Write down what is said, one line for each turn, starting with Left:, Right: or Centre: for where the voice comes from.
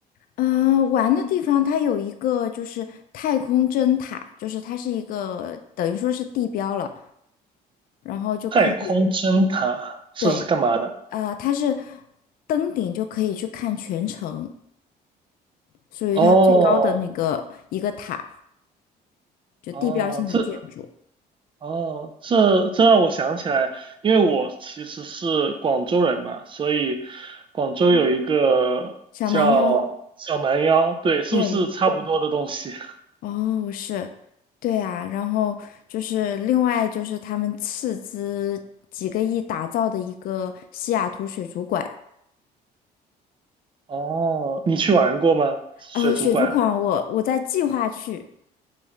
Left: 嗯，呃玩的地方它有一个就是太空针塔，就是它是一个等于说是地标了，然后就可以，
Right: 太空针塔是是干嘛的？
Left: 对，呃，它是登顶就可以去看全城，属于它最高的那个一个塔，
Right: 哦
Left: 就地标性的建筑。
Right: 哦，这哦这这让我想起来，因为我其实是广州人嘛，所以广州有一个叫小蛮腰，
Left: 嗯，小蛮腰，
Right: 对，是不是差不多的东西？
Left: 对，
Right: <laughs>
Left: 哦，是，对啊，然后就是另外就是他们斥资几个亿打造的一个西雅图水族馆。
Right: 哦，你去玩过吗？水族馆？
Left: 呃，水族馆我我在计划去，